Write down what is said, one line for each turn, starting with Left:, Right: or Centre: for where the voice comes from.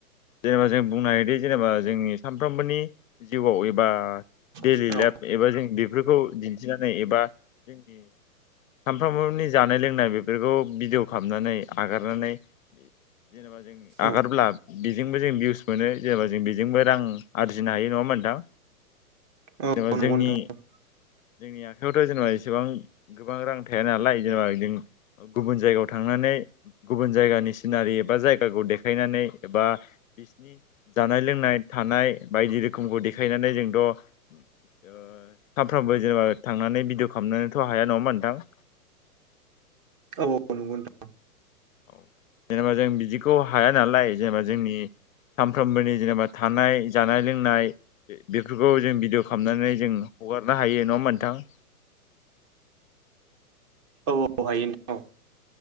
Left: जेनेबा जों बुंनो हायोदि जेनेबा जोंनि सानफ्रोमबोनि जिउआव एबा डेलि
Right: होदो
Left: लाइफ एबा जों बेफोरखौ दिन्थिनानै एबा जोंनि सामफ्रामबोनि जानाय लोंनाय बेफोरखौ भिडिअ खालामनानै हगारनानै जेनेबा जों आगारब्ला
Right: औ
Left: बेजोंबो जों भिउस मोनो जेनेबा जों बेजोंबो रां आरजिनो हायो नङा होमबा नोंथां? जेनेबा
Right: औ नंगौ
Left: जोंनि
Right: नोंथां औ
Left: जोंनि आखायावथ' जेनेबा एसेबां गोबां रां थाया नालाय जेनेबा जों गुबुन जायगायाव थांना नै गुबुन जायगानि सिनारि एबा जायगाखौ देखायनानै एबा बिसिनि जानाय लोंनाय थानाय बायदि रोखोमखौ देखायनानै जोंथ' ओ सानफ्रोमबो जेनेबा थांनानै भिडिअ खामनोथ' हाया नङा होमबा नोंथां?
Right: औ औ नंगौ नोंथां
Left: औ जेनेबा जों बिदिखौ हाया नालाय जेनेबा जोंनि सानफ्रोमबोनि जेनेबा थानाय जानाय लोंनाय बे-बेफोरखौ जों भिडिअ' खामनानै जों हगारनो हायो नङा होमबा नोंथां? <inaudible>
Right: औ औ हायो नोंथां औ